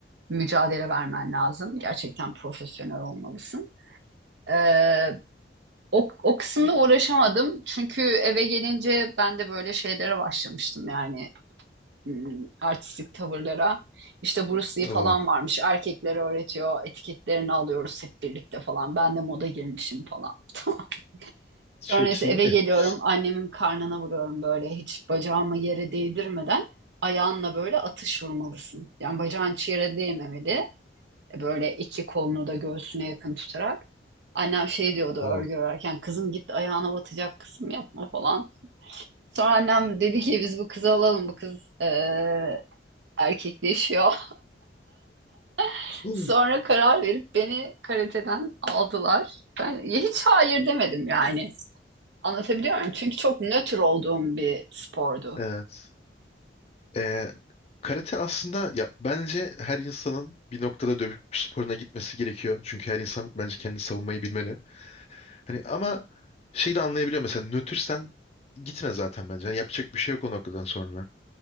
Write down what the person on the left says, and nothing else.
Oo,
çok
iyi.
<laughs>
Wow.
<laughs>
Evet. Ee, karate aslında ya bence her insanın bir noktada dövüş sporuna gitmesi gerekiyor. Çünkü her insan bence kendini savunmayı bilmeli. Hani ama şey de anlayabiliyor mesela nötrsen gitme zaten bence. Yani yapacak bir şey yok o noktadan sonra.